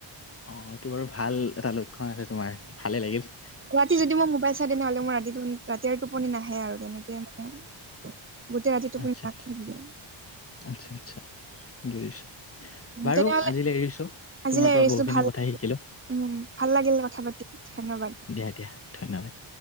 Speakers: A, on the left; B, on the right.
A: অ', এইটো বাৰু ভাল এটা লক্ষণ আছে তোমাৰ, ভালে লাগিল।
B: ৰাতি যদি মই ম'বাইল চাই, তেনেহ'লে মই ৰাতি টোপনি, ৰাতি আৰু টোপনি নাহে আৰু, তেনেকে মানে। গোটেই ৰাতি টোপনি
A: আচ্ছা আচ্ছা
B: <unintelligible>
A: আচ্ছা আচ্ছা, বুজিছোঁ। বাৰু
B: তেনেহ'লে
A: আজিলৈ এৰিছোঁ।
B: আজিলৈ
A: তোমাৰ
B: এৰিছো
A: পৰা বহুখিনি
B: ভাল
A: কথাই শিকিলোঁ।
B: উম, ভাল লাগিলে কথা পাতি, ধন্যবাদ।
A: দিয়া দিয়া ধন্যবাদ